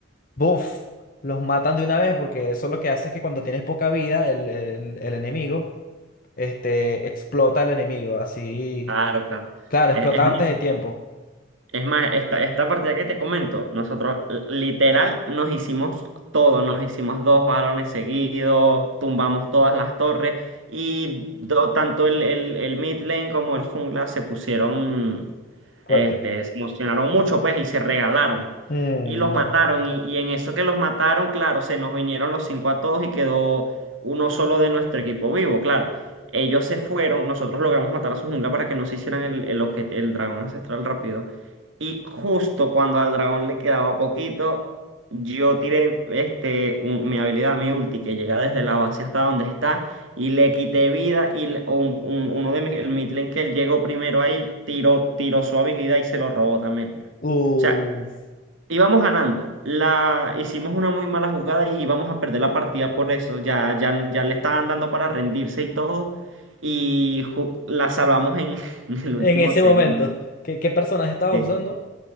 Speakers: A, on the left (about 45°); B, on the right (about 80°).
A: ¡buf! Los matan de una vez porque eso lo que hace es que cuando tienes poca vida, el, el- el enemigo, este, explota el enemigo, así,
B: Claro, claro.
A: claro,
B: Es,
A: explota
B: es
A: antes de tiempo,
B: Es más, esta, esta partida que te comento, nosotros eh, literal nos hicimos todo, nos hicimos dos varones seguidos, tumbamos todas las torres y do- tanto el, el, el mid lane como el jungla se pusieron,
A: fuerte.
B: este, se emocionaron mucho pues y se regalaron
A: Mm,
B: y los
A: no.
B: mataron y, y en eso que los mataron, claro, se nos vinieron los cinco a todos y quedó uno solo de nuestro equipo vivo, claro. Ellos se fueron, nosotros logramos matar a su jungla para que no se hicieran el, el, objet- el dragón ancestral rápido. Y justo cuando al dragón le quedaba poquito, yo tiré este, un- mi habilidad, mi ulti, que llega desde la base hasta donde está, y le quité vida. Y le- un- un- uno de mis, el mid lane que él llegó primero ahí, tiró, tiró su habilidad y se lo robó también.
A: Uf.
B: O sea, íbamos ganando. La, hicimos una muy mala jugada y íbamos a perder la partida por eso. Ya, ya, ya le estaban dando para rendirse y todo. Y ju- la salvamos en, <laughs> en el último
A: En ese
B: segundo.
A: momento, ¿qué, qué personaje estabas
B: Sí,
A: usando?